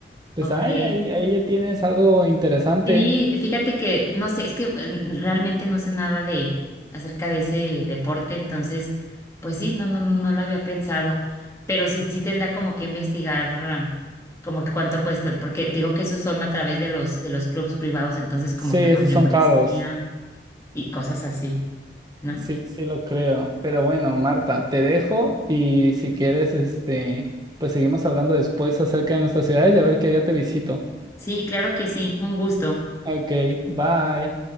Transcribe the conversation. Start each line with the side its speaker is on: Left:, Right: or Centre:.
Right: Pues
Left: Ok.
Right: ay, ahí, ahí ya tienes algo interesante.
Left: Sí, fíjate que no sé, es que eh, realmente no sé nada de acerca de ese deporte, entonces, pues sí, no, no, no lo había pensado, pero sí, sí tendrá como que investigar ah, como que cuánto cuestan, porque te digo que esos son a través de los de los clubes privados, entonces como
Right: Sí, esos
Left: que la membresía
Right: son caros.
Left: y cosas así, ¿no?
Right: Sí, sí lo creo. Pero bueno, Marta, te dejo y si quieres, este, pues seguimos hablando después acerca de nuestras ciudades y a ver qué día te visito.
Left: Sí, claro que sí, un gusto.
Right: Ok, bye.